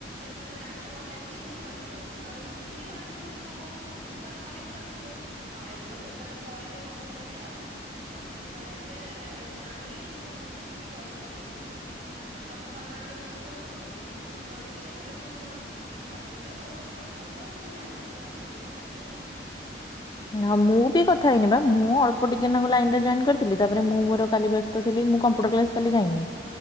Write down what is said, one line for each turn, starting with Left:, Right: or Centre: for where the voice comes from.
Right: ମତେ ରାଜୁ କହ ଲାଗି ଯେ ଗ୍ରୁପ କଲ କରିବାକୁ। ସେତେବେଳେ ମୁଁ ଥିଲି ଘରେ ମୁଁ କହିଲି ହଉ ହଉ ତୁ ଗ୍ରୁପ କଲ କରିବୁ ତାପରେ ମୁଁ କହିଲି ପାହଲ ତରା ତ ପଳେଇବେ କମ୍ପ୍ୟୁଟର କ୍ଲାସ ତାପରେ ସେ କ ଯେ ନାଇଁ ମୁଁ ଦେଖିକି କରିି ପଚାରିକିନା କଣ? ତାପରେ ତମେ କଲା ବେଳକୁ ମୁଁ ନଥିଲି ମାନେ ସେତେବେଳକୁ ଦେଖିଲ ବଳକୁ ମୁଁ ନଥିଲି ତାପରେ ମୁଁ କହିଲି ହଉ ତମେ କଥା ହେଇଯାଅ ମୁଁ ଜାଣିବି ପରେ ତମେ ତ କହିବ ଆଉ।
Left: ହଁ ମୁଁ ବି କଥା ହେଇନ ବା ମୁଁ ଅଳ୍ପ ଟିକେ ଲାଇନ ରେ ଜଏନ କରିଥିଲି ତାପରେ ମୁଁ ମୋର କାଲି ଥିଲ ମୁଁ କମ୍ପୁଟର କ୍ଲାସ କାଲି ଯାଇନି।